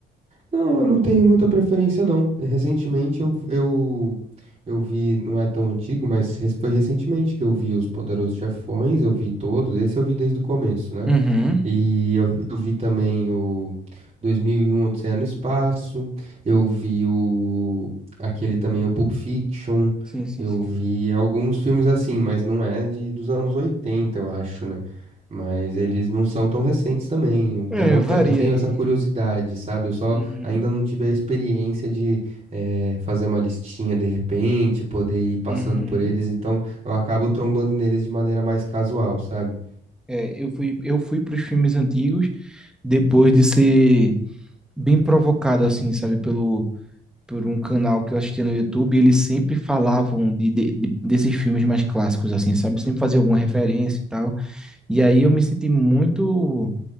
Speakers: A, on the right; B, in the centre.
A: Não, eu não tenho muita preferência, não. Recentemente eu, eu, eu vi, não é tão antigo, mas res- foi recentemente que eu vi Os Poderosos Chefões, eu vi todos, esse eu vi desde o começo, né?
B: Uhum.
A: E eu, eu vi também o dois mil e um Odisseia no Espaço, eu vi o aquele também o Pulp Fiction,
B: Sim, sim,
A: eu
B: sim.
A: vi alguns filmes assim, mas não é de dos anos 80 eu acho, né? Mas eles não são tão recentes também, então
B: É,
A: eu,
B: varia
A: ta- eu tenho
B: aí.
A: essa curiosidade, sabe? Eu só
B: Uhum.
A: ainda não tive a experiência de eh, fazer uma listinha de repente, poder ir passando
B: Uhum.
A: por eles, então eu acabo trombando neles de maneira mais casual, sabe?
B: É, eu fui, eu fui para os filmes antigos depois de ser bem provocado, assim, sabe, pelo, por um canal que eu assistia no YouTube. e eles sempre falavam de, de- de- desses filmes mais clássicos, assim, sabe? Sempre fazia alguma referência e tal. E aí eu me senti muito